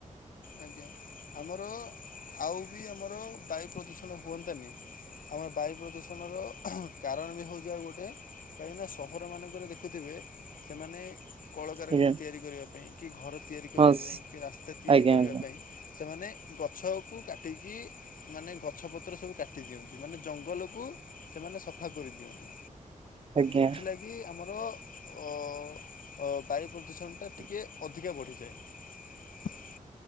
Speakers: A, on the left (about 85°); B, on the right (about 45°).
A: ଆଜ୍ଞା ଆମର ଆଉ ବି ଆମର ବାୟୁ ପ୍ରଦୂଷଣ ହୁଅନ୍ତାନି। ଆମର ବାୟୁ ପ୍ରଦୂଷଣର କାରଣ ବି ହେଉଛି ଆଉ ଗୋଟେ। କାହିଁକିନା ସହର ମାନଙ୍କରେ ଦେଖୁଥିବେ ସେମାନେ କଳକାରଖାନା
B: ଆଜ୍ଞା
A: ତିଆରି କରିବା ପାଇଁ କି ଘର ତିଆରି କରିବା
B: ହଁ
A: ପାଇଁ କି ରାସ୍ତା ତି ତିଆରି
B: ଆଜ୍ଞା
A: କରିବା
B: ଆଜ୍ଞା।
A: ପାଇଁ ସେମାନେ ଗଛକୁ କାଟିକି ମାନେ ଗଛ ପତ୍ର ସବୁ କାଟି ଦିଅନ୍ତି। ମାନେ ଜଙ୍ଗଲକୁ ସେମାନେ ସଫା କରିଦିଅନ୍ତି।
B: ଆଜ୍ଞା
A: ସେଥିଲାଗି ଆମର ଅ ଅ ବାୟୁ ପ୍ରଦୂଷଣଟା ଟିକିଏ ଅଧିକା ବଢ଼ିଯାଏ।